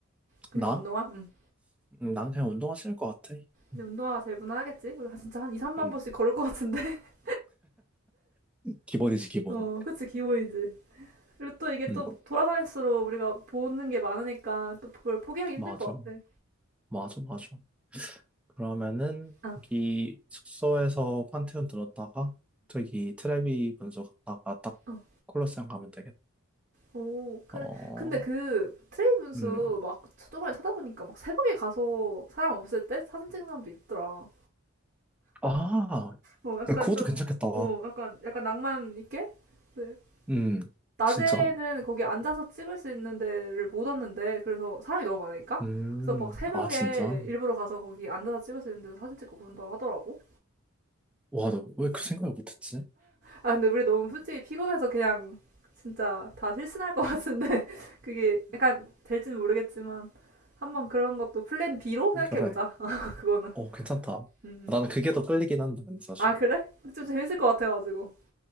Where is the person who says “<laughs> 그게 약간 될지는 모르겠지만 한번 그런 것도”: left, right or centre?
Right